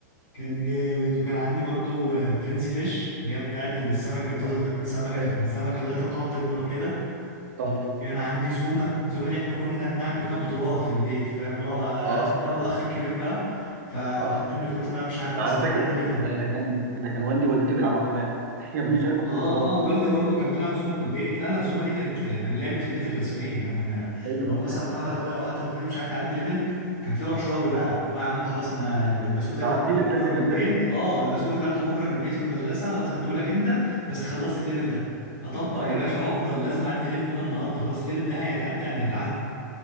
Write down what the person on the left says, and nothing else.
كان
جامد وكان عندي برضو فرينزي فيش اللي هي بتاعت السمكة اللي بتفضل
تاكل سمكة تاكل
سمكة لغاية ما تقعد تكبر كده
وكان عندي زومه زومه دي احنا كنا بنعمل فيها بطولات في البيت فاهم اللي هو انا
كنت انا الاخ الكبير بقى فلو
حد من اخواتي بقى مش عارف
مثلا
يعدي ليفل
اه
اه والدي برضو كان بيلعب زومه في البيت لا لا زومه دي كانت يعني لعبه البيت الرسميه يعني
لو مثلا محمد اخويا او حد من اخواتي مش عارف يعدي ليفل كان في رشاوي بقى اللي هو يا عم خلاص انا البسكوت اللي
انا هاخده
بكره
من البيت
اه البسكوت اللي هاخده بكره من البيت في المدرسه خلاص هديهولك انت بس خلصت الليفل ده اطبق
يا باشا
وافضل لازم اعدي الليفل ده النهارده خلاص الليفل ده هيتعدى انا هيتعدى